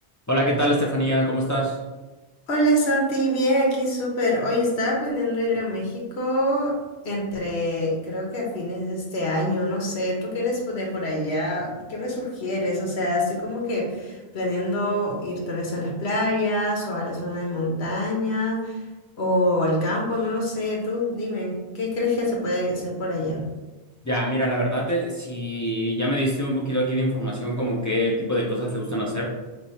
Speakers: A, on the left; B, on the left.
A: Hola, ¿qué tal, Estefanía? ¿Cómo estás?
B: Hola Santi, bien, aquí súper. Hoy estaba planeando ir a México entre, creo que a fines de este año, no sé, tú que eres po- de por allá, ¿qué me sugieres? O sea, estoy como que planeando ir tal vez a las playas o a la zona de montaña o al campo, no lo sé, tú dime, ¿qué crees que se puede hacer por allá?
A: Ya, mira, la verdad, eh, si ya me diste un poquito aquí de información como qué tipo de cosas te gustan hacer,